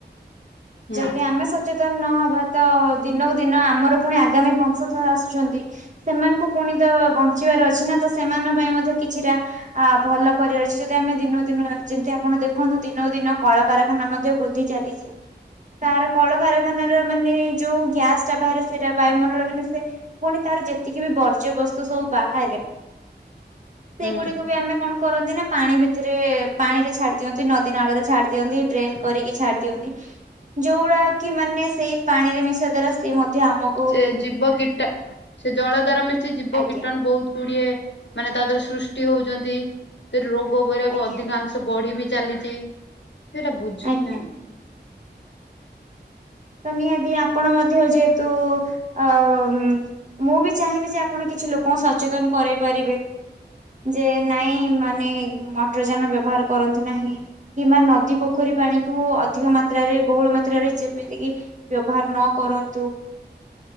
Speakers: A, on the right (about 45°); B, on the left (about 80°).
A: ଯଦି
B: ହୁଁ
A: ଆମେ ସଚେତନ ନହବା ତ ଦିନକୁ ଦିନ ଆମର ପୁଣି ଆଗାମୀ ବଂଶଧର ଆସୁଛନ୍ତି। ସେମାନଙ୍କୁ ପୁଣି ତ ବଞ୍ଚିବାର ଅଛି ନା ତ ସେମାନଙ୍କ ପାଇଁ ମଧ୍ୟ କିଛିଟା ଭଲ କରିବାର ଅଛି ଯି ଆମେ ଦିନକୁ ଦିନ ଯେମିତି ଆପଣ ଦେଖନ୍ତୁ ଦିନକୁ ଦିନ କଳକାରଖାନା ମଧ୍ୟ ବୃଦ୍ଧି ଚାଲିଛି। ତାର କଳକାରଖାନ ର ମାନେ ଯୋଉ ଗ୍ୟାସ୍ ଟା ବାହାରେ ସେଇଟା ବାୟୁମଣ୍ଡଳରେ ମି ପୁଣି ତାର ଯେତିକି ବି ବର୍ଜ୍ୟ ବସ୍ତୁ ସବୁ ବାହାରେ ସେଇଗୁଡ଼ିକୁ
B: ହୁଁ
A: ବି ଆମେ କଣ। କରନ୍ତି ନା ପାଣି ଭିତରେ ପାଣିରେ ଛାଡି଼ ଦିଅନ୍ତି ନଦୀ ନାଳରେ ଛାଡି଼ ଦିଅନ୍ତି ଡ୍ରେନ କରିକି ଛାଡି଼ ଦିଅନ୍ତି। ଯୋଉ ଗୁଡା କି ମାନେ ସେଇ ପାଣି ରେ ମିଶିବା ଦ୍ଵାରା ସେ ମଧ୍ୟ ଆମ
B: ସେ ଜୀବ କୀଟା ସେ ଜଳ ଦ୍ଵାରା ମିଶି ଜୀବ
A: ଆଜ୍ଞା
B: କୀଟାଣୁ ବହୁତ ଗୁଡି଼ଏ ମାନେ ତା ଦେହରେ ସୃଷ୍ଟି ହଉଛନ୍ତି ରୋଗ ବୈରାଗ
A: ଆଜ୍ଞା
B: ଅଧିକାଂଶ। ବଢି଼ ବି ଚାଲିଛି ସେଇଟା ବୁଝି
A: ଆଜ୍ଞା
B: ହି ନାହାନ୍ତି।
A: ତ ନିହାତି ଆପଣ ମଧ୍ୟ ଯେହେତୁ ଅ ମୁଁ ବି ଚାହିଁବି ଯେ ଆପଣ କିଛି ଲୋକଙ୍କୁ ସଚେତନ କରାଇ ପାରିବେ। ଯେ ନାଇଁ ମାନେ ମଟରଯାନ ବ୍ୟବହାର କରନ୍ତୁ ନାହିଁ। କିମ୍ବା ନଦୀ ପୋଖରୀ ପାଣିକୁୁ ଅଧିକ ମାତ୍ରାରେ ବହୁଳ ମ ତ୍ରାରେ ଯେମିତିକି ବ୍ୟବହାର ନ କରନ୍ତୁ।